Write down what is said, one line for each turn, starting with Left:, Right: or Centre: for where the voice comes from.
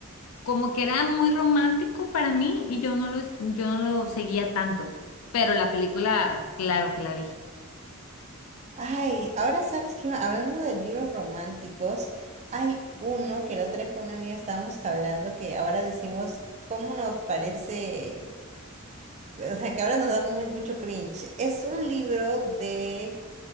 Left: como que era muy romántico para mí y yo no lo, yo no lo seguía tanto, pero la película, claro que la vi.
Right: Ay, ahora sabes que hablando de libros románticos, hay uno que la otra vez con una amiga estábamos hablando que ahora decimos cómo nos parece. o sea, que ahora nos da muy- mucho cringe. Es un libro de,